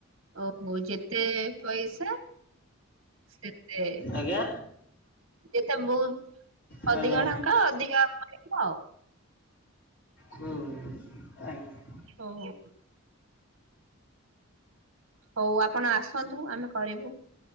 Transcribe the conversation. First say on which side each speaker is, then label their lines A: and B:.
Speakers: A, on the right; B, on the left.
A: ଓହୋ ଯେତେ ପଇସା ସେତେ
B: ଆଜ୍ଞା
A: ଏତେ ବହୁତ
B: ହ୍ୟାଲୋ
A: ଅଧିକ ଟଙ୍କା ହଁ ଅଧିକା ମିଳିବ ଆଉ।
B: ହୁଁ ଆଜ୍ଞା।
A: ଓହୋ। ହଉ ଆପଣ ଆସନ୍ତୁ ଆମେ କରିବୁ।